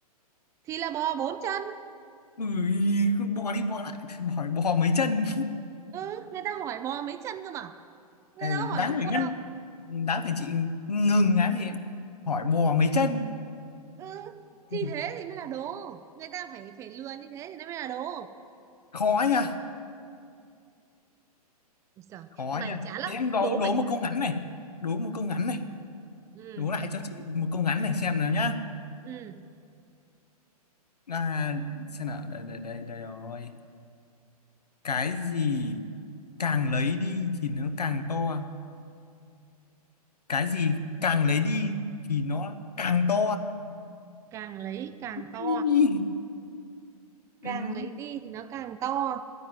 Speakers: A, on the right (about 15°); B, on the left (about 80°).
A: thì là bò bốn chân
B: Ui, con bò đi bò lại <laughs> hỏi bò mấy chân
A: ừ người ta hỏi bò mấy chân cơ mà người
B: ừ,
A: ta có
B: đáng
A: hỏi con cua
B: phải ngăn
A: đâu
B: đáng phải chị ngừng á thì hỏi bò mấy chân
A: ừ thì
B: ừ.
A: thế thì mới là đố người ta phải phải lừa như thế thì nó mới là đố
B: khó nha
A: Giời,
B: khó
A: mày
B: nha
A: chán lắm
B: thế em đố
A: đố
B: đố
A: mày chán
B: một câu ngắn này đố một câu ngắn này
A: ừ
B: đố lại cho chị một câu ngắn này xem nào nhá
A: ừ
B: à, xem nào đây đây đây đây rồi cái gì càng lấy đi thì nó càng to cái gì càng lấy đi thì nó càng to
A: càng lấy càng to
B: ừ.
A: càng
B: ừ,
A: lấy đi thì nó càng to